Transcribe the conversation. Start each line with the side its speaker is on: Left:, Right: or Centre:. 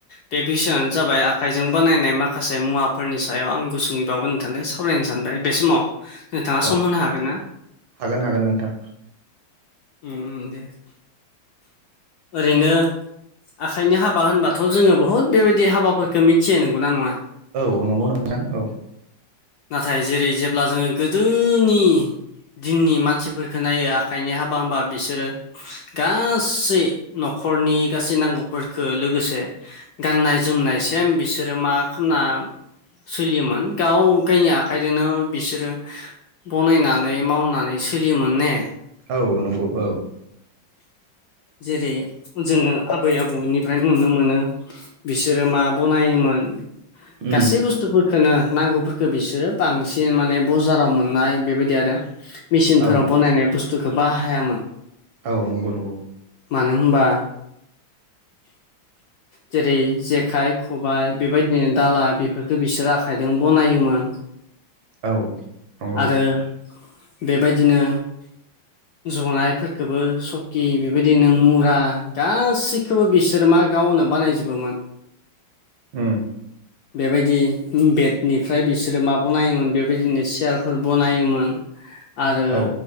Left: बे बिसयनो जाबाय आखाइजों बानायनाय माखासे मुवाफोरनि सायाव आं गुसुङै बावोन नोंथां सावरायनो सानबाय बे समाव नोंथाङा सम
Right: औ
Left: होनो हागोन ना?
Right: हागोन हागोन नोंथां
Left: ओम दे ओरैनो आखाइनि हाबा होनबाथ' जोङो बुहुद बेबायदि हाबाफोरफोरखौ मिथियो नंगौना नङा?
Right: औ नंगौ नोंथां औ।
Left: नाथाय जेरै जेब्ला जोङो गोदोनि दिननि मानसिफोरफोरखौ नायो। आखाइनि हाबा हामबा बिसोरो गासै न'खरनि गासै नांगौफोरखो लोगोसे गाननाय जोमनायसिम बिसोरो मा खालामना सोलियोमोन गाव गावनि आखाइजोंनो बिसोरो बनायनानै मावनानै सोलियोमोन ने
Right: औ नंगौ औ
Left: जेरै जोङो आबै आबौनिफ्राय नुनो मोनो। बिसोरो मा बनायोमोन
Right: उम
Left: गासै बुस थुरफोरखौनो नांगौफोरखौ बिसोरो बांसिन माने बजाराव मोननाय बेबायदि आरो मेसिनफोराव
Right: औ
Left: बनायनाय बुस्थुखौ बाहायामोन।
Right: औ नंगौ नंगौ।
Left: मानो होनबा जेरै जेखाइ, खबाय बेबायदिनो दाला बेफोरखौ बिसोरो आखाइजों बनायोमोन।
Right: औ नंगौ
Left: आरो बेबायदिनो जनायफोरखौबो स दि बेबायदिनो मुरा गासिखौबो बिसोरो मा गावनो बानायजोबोमोन।
Right: ओं
Left: बेबायदि बेडनिफ्राय बिसोरो मा बनायोमोन बेबायदिनो चियारफोर बनायोमोन। आरो
Right: औ